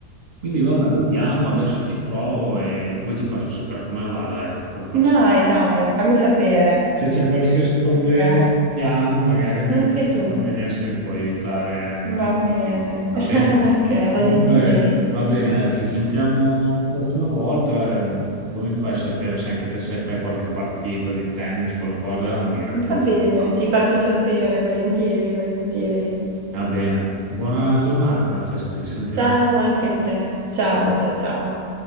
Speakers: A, on the right; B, on the right.
A: Quindi vabbè, vediamo, adesso ci provo e poi ti faccio sapere come va, dai, per qualsiasi...
B: Dai, dai, fammi sapere.
A: Se c'è qualsiasi problema,
B: Ok,
A: vediamo, magari ne
B: anche
A: riparliamo,
B: tu.
A: vediamo se mi puoi aiutare ancora
B: Va
A: di
B: bene.
A: più. Va
B: <laughs>
A: bene?
B: Ok,
A: Comunque,
B: volentieri.
A: va
B: <laughs>
A: bene, ci sentiamo la prossima volta e poi mi fai sapere se anche te se fai qualche partita di tennis, qualcosa, mi racconti.
B: Va bene,
A: come fa.
B: ti faccio sapere, volentieri, volentieri.
A: Va bene. Buona giornata, Francesca, ci sentiamo.
B: Ciao anche a te. Ciao,
A: Ciao.
B: ciao, ciao.